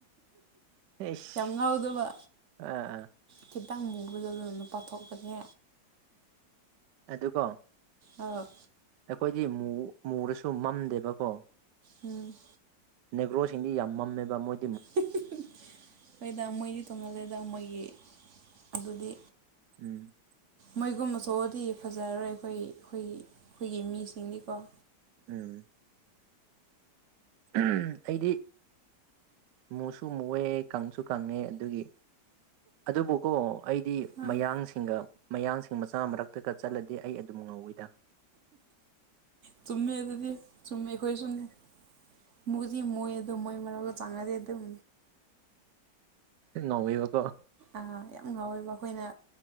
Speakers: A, on the right; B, on the right.
A: ꯏꯁ
B: ꯌꯥꯝ ꯉꯥꯎꯗꯕ
A: ꯑꯥ ꯑꯥ
B: ꯈꯤꯇꯪ ꯃꯨꯕ ꯑꯗꯣꯅ ꯅꯨꯄꯥꯊꯣꯛꯄꯅꯦ
A: ꯑꯗꯨꯀꯣ
B: ꯑꯧ
A: ꯑꯩꯈꯣꯏꯗꯤ ꯃꯨ ꯃꯨꯔꯁꯨ ꯃꯝꯗꯦꯕꯀꯣ
B: ꯎꯝ
A: ꯅꯦꯒ꯭ꯔꯣꯁꯤꯡꯗꯤ ꯌꯥꯝ ꯃꯝꯃꯦꯕ ꯃꯣꯏ
B: ꯍꯤ ꯍꯤ ꯍꯤ ꯍꯣꯏꯗ ꯃꯣꯏꯗꯤ ꯇꯣꯡꯉꯜꯂꯦꯗ ꯃꯣꯏꯒꯤ ꯑꯗꯨꯗꯤ
A: ꯎꯝ
B: ꯃꯣꯏꯒꯨꯝꯕ ꯊꯣꯛꯑꯗꯤ ꯐꯖꯔꯔꯣꯏ ꯑꯩꯈꯣꯏ ꯑꯩꯈꯣꯏꯒꯤ ꯃꯤꯁꯤꯡꯗꯤꯀꯣ
A: ꯎꯝ ꯎꯝ ꯑꯩꯗꯤ ꯃꯨꯁꯨ ꯃꯨꯑꯦ ꯀꯪꯁꯨ ꯀꯪꯉꯦ ꯑꯗꯨꯒꯤ ꯑꯗꯨꯕꯨꯀꯣ ꯑꯩꯗꯤ
B: ꯑꯥ
A: ꯃꯌꯥꯡꯁꯤꯡꯒ ꯃꯌꯥꯡꯁꯤꯡ ꯃꯆꯥ ꯃꯔꯛꯇꯒ ꯆꯠꯂꯗꯤ ꯑꯩ ꯑꯗꯨꯝ ꯉꯧꯋꯤꯗ
B: ꯆꯨꯝꯃꯦ ꯑꯗꯨꯗꯤ ꯆꯨꯝꯃꯦ ꯑꯩꯈꯣꯏꯁꯨꯅꯤ ꯃꯨꯗꯤ ꯃꯨꯏ ꯑꯗꯨ ꯃꯣꯏ ꯃꯔꯛꯇ ꯆꯡꯉꯗꯤ ꯑꯗꯨꯝ
A: ꯉꯧꯋꯦꯕ
B: ꯑꯥ ꯌꯥꯝ ꯉꯥꯎꯋꯦꯕ ꯑꯩꯈꯣꯏꯅ